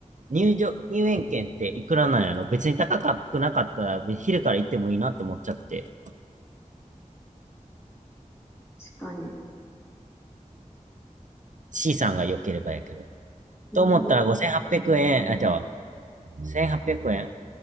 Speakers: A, on the right; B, on the left.
A: 入場、入園券っていくらなんやろ別に高くなかったら、昼から行ってもいいなと思っちゃって。
B: 確かに。
A: C さんが良ければやけど。
B: 読売、
A: と思ったら5800円、あ、じゃあ、1800円